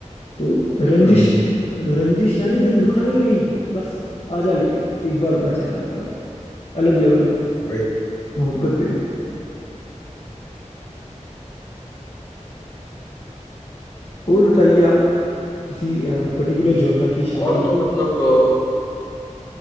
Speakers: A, on the left; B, on the left.
A: तो रंजिश
B: हम्म हम्म हम्म,
A: रंजिश यानी दिल दुखाने के लिए ही तू बस आ जा लेकिन एक बार अपना चेहरा दिखा अलग लेवल ऑफ
B: वही
A: मोहब्बत है और बताइए आप किसी पर्टिकुलर जॉनरा की शायरी
B: और तो मतलब अ,